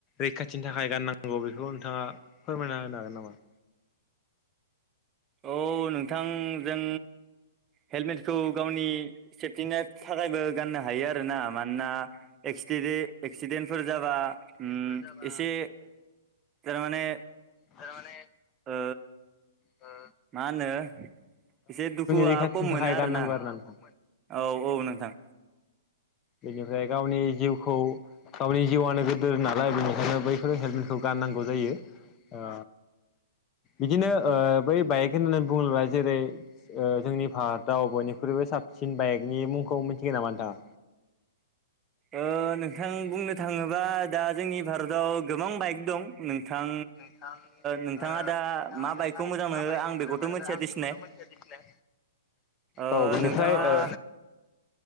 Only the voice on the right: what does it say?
औ नोंथां जों हेलमेटखौ गावनि सेफटिनि थाखायबो गाननो हायो आरोना मानोना <unintelligible> एक्सिडेन्टफोर जाबा उम
एसे थारमाने
ओ
मा होनो एसे दुखुआ
खम
मोनो आरोना।
औ औ नोंथां।
ओ नों नोंथां बुंनो थाङोबा दा जोंनि भारताव गोबां बाइक दं नोंथां
नोंथाङा दा
मा
बाइकखौ मोजां
मोनो
आं
बेखौथ'
मिथिया
दिसिनाय
ओ
नोंथाङा